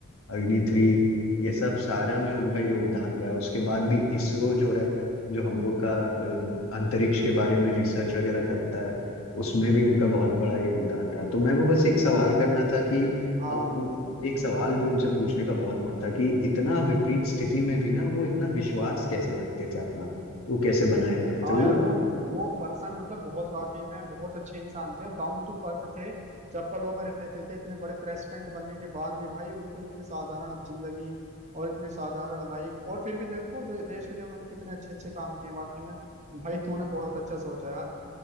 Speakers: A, on the left; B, on the right.
A: अग्नि थ्री ये सब सारा में उनका योगदान रहा है उसके बाद भी इसरो जो है जो हम लोग का अ, अंतरिक्ष के बारे में रिसर्च वगैरह करता है उसमें भी उनका बहुत बड़ा योगदान रहा तो मैं वो बस एक सवाल करना था कि
B: हाँ
A: अ, उ- एक सवाल भी उनसे पूछने का बहुत मन था कि इतना विपरीत स्थिति में भी ना वो इतना विश्वास कैसे रखते थे अपना वो कैसे बनाए रखते
B: हाँ
A: थे वो
B: यार वो वो पर्सन मतलब बहुत वाकई में बहुत अच्छे इंसान थे और डाउन टू अर्थ थे चप्पलों में रहते थे इतने बड़े प्रेसिडेंट बनने के बाद भी भाई उनको इतने साधारण जिंदगी और इतने साधारण लाइफ और फिर भी देखो दे, देश के लिए उन्होंने कितने अच्छे अच्छे काम किए वाकई में भाई तूने बहुत अच्छा सोचा यार